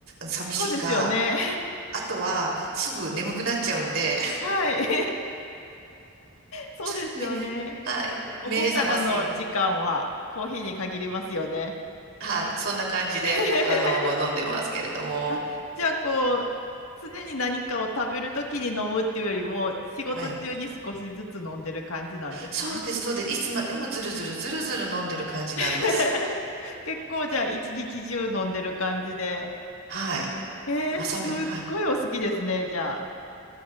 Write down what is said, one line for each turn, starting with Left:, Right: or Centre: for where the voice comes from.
Right: 寂しいか、
Left: そうですよね。
Right: あとは、すぐ眠くなっちゃうんで、
Left: <laughs> はい。そうですよね。
Right: <laughs> め、はい。
Left: 午後からの時間はコーヒーに限りますよね。
Right: 目覚ますように。はい。そんな感じで、
Left: <laughs>
Right: あの、飲んでますけれども。
Left: あ、じゃあこう、常に何かを食べるときに飲むっていうよりも、仕事中に少しずつ飲んでる感じなんですね。
Right: ええ。そうです、そうです。いつまでもずるずるずるずる飲んでる感じなんです。
Left: <laughs> 結構じゃあ一日中飲んでる感じで。
Right: はい。
Left: えー、
Right: 正目、
Left: すっごいお好きですね、
Right: はい。
Left: じゃあ。